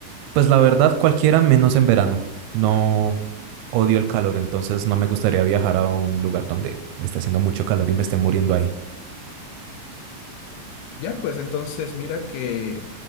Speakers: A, on the right; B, on the left.
A: Pues la verdad, cualquiera menos en verano. No odio el calor, entonces no me gustaría viajar a un lugar donde esté haciendo mucho calor y me esté muriendo ahí.
B: Ya, pues entonces mira que